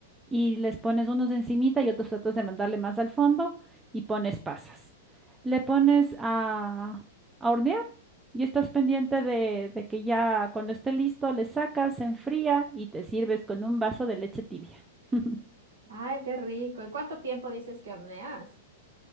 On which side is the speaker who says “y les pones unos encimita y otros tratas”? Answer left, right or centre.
Right